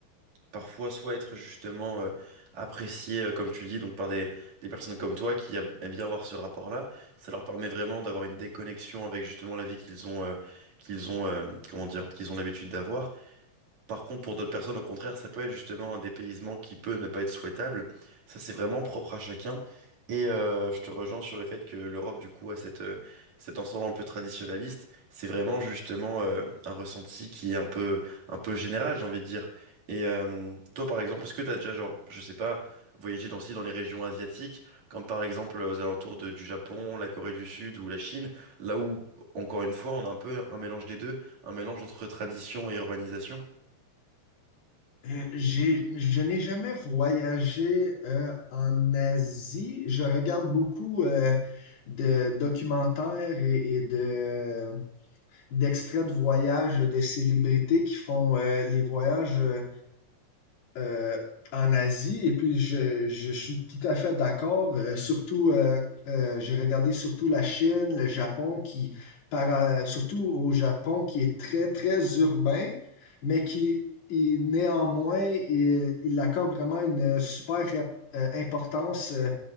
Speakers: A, on the right (about 50°); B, on the left (about 80°).
A: parfois soit être justement euh, apprécié, euh, comme tu le dis, donc par des, des personnes comme toi qui a- aiment bien avoir ce rapport-là. Ça leur permet vraiment d'avoir une déconnexion avec justement la vie qu'ils ont, euh, qu'ils ont, euh, comment dire, qu'ils ont l'habitude d'avoir. Par contre, pour d'autres personnes, au contraire, ça peut être justement un dépaysement qui peut ne pas être souhaitable. Ça, c'est vraiment propre à chacun. Et euh, je te rejoins sur le fait que l'Europe, du coup, a cette, euh, cet ensemble un peu traditionnaliste. C'est vraiment justement euh, un ressenti qui est un peu, un peu général, j'ai envie de dire. Et euh, toi, par exemple, est-ce que tu as déjà, genre, je sais pas, voyagé dans, aussi dans les régions asiatiques, comme par exemple euh, aux alentours de- du Japon, la Corée du Sud ou la Chine, là où, encore une fois, on a un peu un mélange des deux, un mélange entre tradition et urbanisation?
B: Euh, j'ai, je n'ai jamais voyagé euh, en Asie. Je regarde beaucoup euh, de documentaires et, et de d'extraits de voyages de célébrités qui font euh, les voyages euh, euh, en Asie. Et puis, je, je suis tout à fait d'accord. Euh, surtout, euh, euh, j'ai regardé surtout la Chine, le Japon, qui, par, euh, surtout au Japon, qui est très, très urbain, mais qui, il- néanmoins, il, il accorde vraiment une super rep- euh, importance. euh,